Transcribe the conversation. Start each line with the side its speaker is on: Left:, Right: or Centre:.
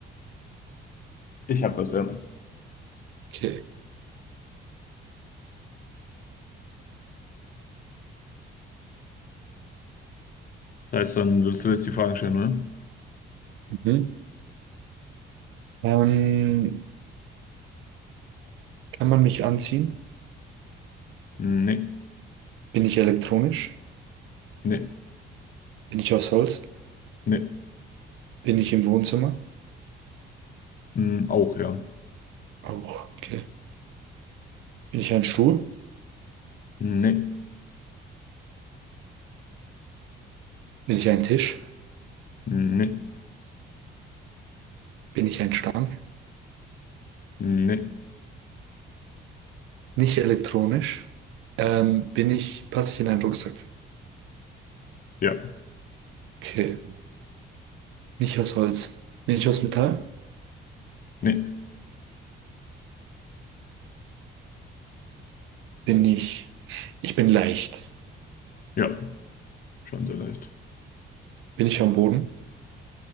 Left: ich habe was, ja.
Right: Okay.
Left: Das heißt, dann würdest du jetzt die Fragen stellen, ne?
Right: Mhm. Ähm, kann man mich anziehen?
Left: Nee,
Right: Bin ich elektronisch?
Left: nee,
Right: Bin ich aus Holz?
Left: nee.
Right: Bin ich im Wohnzimmer?
Left: Hm, auch, ja.
Right: Auch, okay. Bin ich ein Stuhl?
Left: Nee.
Right: Bin ich ein Tisch?
Left: Nee,
Right: Bin ich ein Stang?
Left: nee,
Right: Nicht elektronisch. Ähm, bin ich, passe ich in einen Rucksack?
Left: ja,
Right: Okay. Nicht aus Holz. Bin ich aus Metall?
Left: nee,
Right: Bin ich, ich bin leicht.
Left: ja, schon sehr leicht.
Right: Bin ich am Boden?